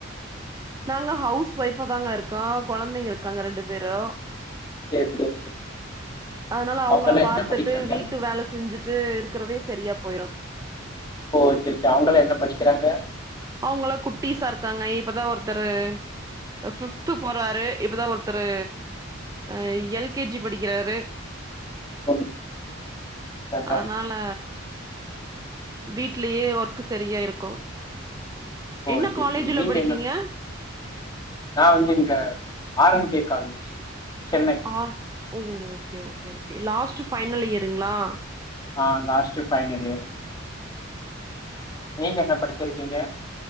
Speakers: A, on the right (about 15°); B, on the left (about 20°).
A: நாங்க ஹவுஸ் ஒய்ஃப தாங்க இருக்கோ கொழந்தைங்க இருக்காங்க ரெண்டு பேரும்
B: சேரி சேரி
A: அதனால அவங்கள
B: அவங்கல்லா
A: பாத்துட்டு
B: என்ன படிக்கிறாங்க
A: வீட்டு வேல செஞ்சுட் டு இருக்கறதே சரியா போயிரு
B: ஓகேக்கா அவங்கள்ளா என்ன படிக்கிறாங்க
A: அவங்கள்ளா குட்டிஸா இருக்காங்க இப்பதா ஒருத்தரு ஃபிப்து போறாரு இப்பதா ஒருத்தரு அ எல் கே ஜி படிக்கிறாரு
B: ஓ படிக்கிறாங்களா
A: அனால வீட்லயே ஒர்க்கு சரியா இருக்கு
B: ஓ
A: என்ன
B: சரி
A: காலேஜில
B: சரி நீங்க
A: படிக்கீங்க?
B: என்ன நா வந்து இங்க R M K college Chennai
A: ஆ ஓ okay okay okay last final இயருங்ளா?
B: ஆ லாஸ்ட்டு ஃபைனல் இயர் நீங்க என்ன படிச்சிருக்கீங்க?